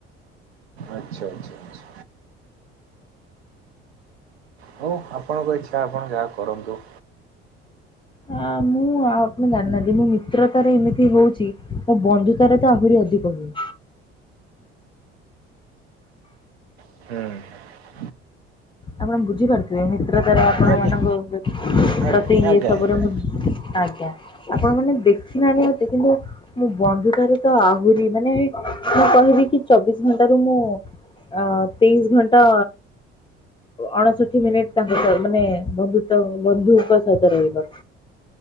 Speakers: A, on the right (about 85°); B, on the left (about 15°).
A: ଆଚ୍ଛା ଆଚ୍ଛା। ଆଚ୍ଛା। ହଉ ଆପଣଙ୍କ ଇଚ୍ଛା ଆପଣ ଯାହା କରନ୍ତୁ।
B: ଆ ମୁଁ ଆଉ ଆପଣ ଜାଣିନାହାନ୍ତି ମୁଁ ମିତ୍ରତାରେ ଏମିତି ହୋଉଛି ମୋ ବନ୍ଧୁତାରେ ତ ଆହୁରି ଅଧିକ ହୁଏ।
A: ହୁଁ।
B: ଆପଣ ବୁଝିପାରୁଥିବେ। ମିତ୍ରତାରେ ଆପଣ
A: ଆଜ୍ଞା
B: ମାନଙ୍କ
A: ଆଜ୍ଞା
B: ପ୍ରତି ଇଏ
A: ଆଜ୍ଞା
B: ସବୁରେ
A: ଆଜ୍ଞା।
B: ମୁଁ ଆଜ୍ଞା ଆପଣ ମାନେ ଦେଖିନାହାନ୍ତି ଏତେ କିନ୍ତୁ ମୁଁ ବନ୍ଧୁତା ରେ ତ ଆହୁରି ମାନେ ମୁଁ କହିବି କି ଚବିଶ ଘଣ୍ଟାରୁ ମୁଁ ଅ ତେଇଶ ଘଣ୍ଟା ଅଣଷଠି ମିନିଟ ତାଙ୍କ ମାନେ ବନ୍ଧୁତ୍ଵ ବନ୍ଧୁଙ୍କ ସହିତ ରହିବ।